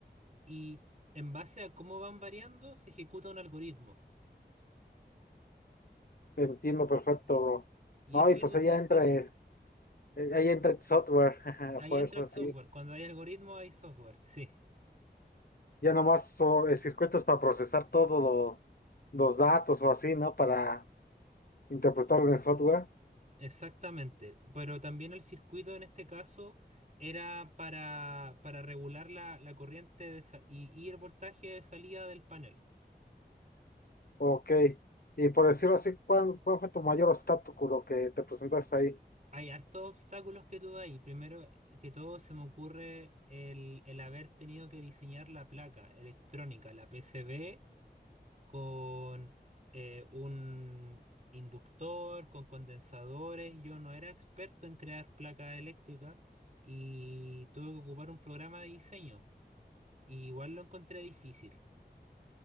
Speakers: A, on the right (about 45°); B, on the left (about 60°).
A: Y en base a cómo van variando, se ejecuta un algoritmo.
B: Te entiendo perfecto, bro.
A: Y
B: No,
A: ese
B: y
A: algori-
B: pues ahí entra el, eh, ahí entra el software, <laughs> a
A: ahí
B: fuerza,
A: entra el software.
B: sí.
A: Cuando hay algoritmo, hay software. Sí.
B: Ya nomás son eh, circuitos para procesar todos los datos o así, ¿no? Para interpretar en el software.
A: Exactamente, pero también el circuito en este caso era para, para regular la, la corriente de sa- y, y el voltaje de salida del panel.
B: Ok. Y por decirlo así, ¿cuál, cuál fue tu mayor obstáculo que te presentaste ahí?
A: Hay hartos obstáculos que tuve ahí. Primero que todo se me ocurre el, el haber tenido que diseñar la placa electrónica, la PCB, con eh, un inductor, con condensadores. Yo no era experto en crear placas eléctricas y tuve que ocupar un programa de diseño. Y igual lo encontré difícil.